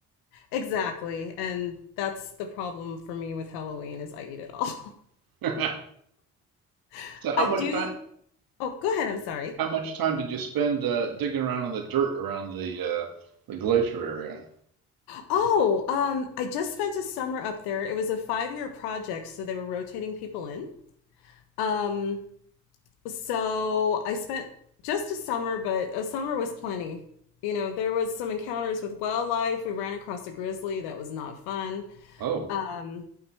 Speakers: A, on the left; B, on the right.
A: Exactly. And that's the problem for me with Halloween is I eat it all.
B: <laughs> so,
A: <laughs>
B: how
A: I
B: much
A: do
B: time?
A: Oh, go ahead. I'm sorry.
B: How much time did you spend uh, digging around in the dirt around the uh, the glacier area?
A: Oh, um, I just spent a summer up there. It was a five year project, so they were rotating people in. Um, so I spent just a summer, but a summer was plenty. You know, there was some encounters with wildlife. We ran across a grizzly that was not fun.
B: Oh,
A: Um,